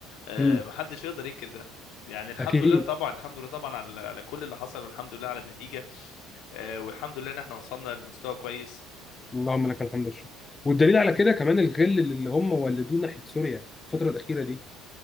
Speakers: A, on the left; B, on the left.
A: آه
B: مم.
A: محدش يقدر ينكر ده يعني الحمد
B: اكيد
A: لله طبعا الحمد لله طبعا على على كل اللي حصل والحمد لله على النتيجه آه والحمد لله ان احنا وصلنا لمستوى كويس
B: اللهم لك الحمد والشكر والدليل على كده كمان الغل اللي هم ولدوه ناحيه سوريا الفتره الاخيره دي